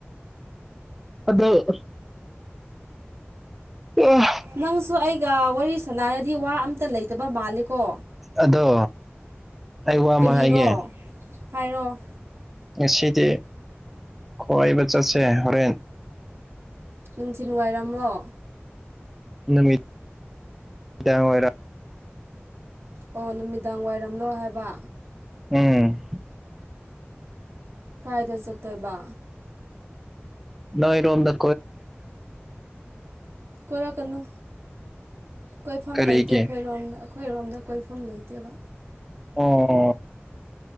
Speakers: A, in the centre; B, on the right.
A: ꯑꯗꫭ ꯑꯦ <unintelligible>
B: ꯅꯪꯁꯨ ꯑꯩꯒ ꯋꯥꯔꯤ ꯁꯥꯟꯅꯔꯗꯤ ꯋꯥ ꯑꯝꯇ ꯂꯩꯇꯕ ꯃꯥꯜꯂꯤꯀꯣ
A: ꯑꯗꯣ ꯑꯩ ꯋꯥꯃ
B: ꯀꯔꯤꯔꯣ
A: ꯍꯥꯏꯒꯦ
B: ꯍꯥꯏꯔꯣ
A: ꯉꯁꯤꯗꯤ ꯀꫭꯏꯕ ꯆꯠꯁꯦ ꯍꯣꯔꯦꯟ
B: ꯅꯨꯡꯊꯤꯟ ꯋꯥꯏꯔꯝ꯭ꯔꯣ
A: ꯅꯨꯃꯤꯠꯗꯥꯡ ꯋꯥꯏꯔꯝ
B: ꯑꯣ ꯅꯨꯃꯤꯗꯥꯡ ꯋꯥꯏꯔꯝꯂꯣ ꯍꯥꯏꯕ
A: ꯎꯝ
B: ꯀꯥꯏꯗ ꯆꯠꯇꫭꯏꯕ
A: ꯅꫭꯏꯔꫭꯝꯗ
B: ꯀꫭꯏꯔꯛꯀꯅꯨ ꯀꯣꯏꯐꯝ
A: ꯀꯔꯤꯒꯤ
B: ꯂꯩꯇꯦ ꯑꯩꯈꯣꯏꯔꯣꯝꯗ ꯑꯩꯈꯣꯏꯔꯣꯝꯗ ꯀꯣꯏꯐꯝ ꯂꯩꯇꯦꯕ
A: ꯑꯣ